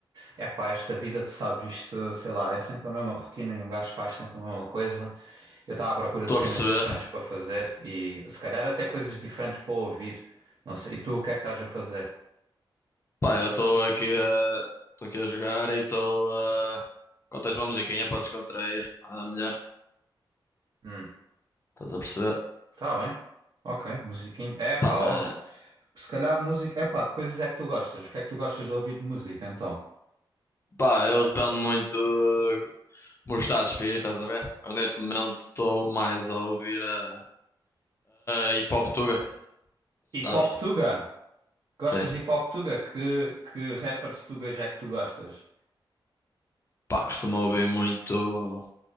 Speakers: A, on the right; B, on the left.
A: é pá, esta vida, tu sabes, isto, sei lá, é sempre a mesma rotina e um gajo faz sempre a mesma coisa. Eu estava à procura
B: estou
A: de cenas
B: a perceber.
A: diferentes para fazer e se calhar até coisas diferentes para ouvir. Não sei, e tu o que é que estás a fazer?
B: Pá, eu estou aqui a. Estou aqui a jogar e estou a. Contei-se uma musiquinha para descontrair, nada melhor.
A: Hum.
B: Estás a perceber?
A: Tá bem. Ok, musiquinho. É pá,
B: Pá,
A: ó.
B: mas.
A: Se calhar música. É pá, coisas é que tu gostas. O que é que tu gostas de ouvir de música então?
B: Pá, eu dependo muito do meu estado de espírito, estás a ver? Eu neste momento estou mais a ouvir a. a hip hop tuga, sabes?
A: Hip Hop Tuga? Gostas
B: Sim.
A: de Hip Hop Tuga? Que, que rappers tugas é que tu gostas?
B: Pá, costumo ouvir muito,